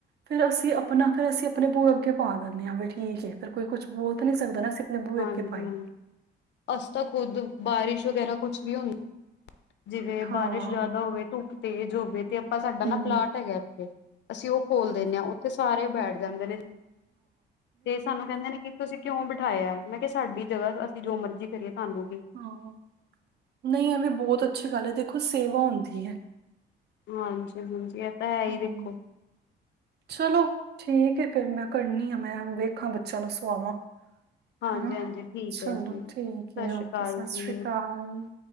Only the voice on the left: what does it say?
ਹਾਂਜੀ
ਹਾਂਜੀ ਅਸ ਤਾਂ ਖੁਦ ਬਾਰਿਸ਼ ਵਗੈਰਾ ਕੁਛ ਵੀ ਹੁੰਦਾ। ਜਿਵੇਂ ਬਾਰਿਸ਼
ਜ਼ਿਆਦਾ ਹੋਵੇ ਧੁੱਪ ਤੇਜ਼ ਹੋਵੇ ਤੇ ਆਪਾਂ ਸਾਡਾ
ਨਾ ਪਲਾਟ ਹੈਗਾ ਇੱਥੇ ਅਸੀਂ ਉਹ ਖੋਲ ਦਿੰਦੇ ਹਾਂ ਉੱਥੇ ਸਾਰੇ ਬੈਠ ਜਾਂਦੇ ਨੇ। ਤੇ ਸਾਨੂੰ ਕਹਿੰਦੇ ਨੇ ਕਿ ਤੁਸੀਂ ਕਿਉਂ ਬਿਠਾਇਆ ਮੈਂ ਕਿਹਾ ਸਾਡੀ ਜਗ੍ਹਾ ਅਸੀਂ ਜੋ ਮਰਜ਼ੀ ਕਰੀਏ ਤੁਹਾਨੂੰ ਕਿ।
ਹਾਂਜੀ ਹਾਂਜੀ। ਤਾਂ ਹੈ ਹੀ
ਦੇਖੋ
ਹਾਂਜੀ
ਹਾਂਜੀ ਠੀਕ
ਹੈ ਜੀ ਸਤਿ
ਸ਼੍ਰੀ
ਅਕਾਲ
ਜੀ